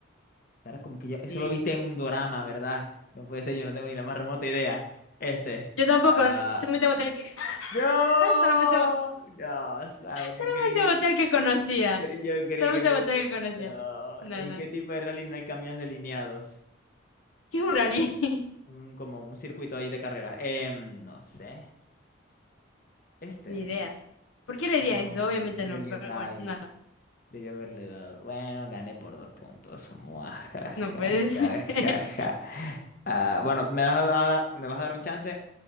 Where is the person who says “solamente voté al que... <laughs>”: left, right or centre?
Left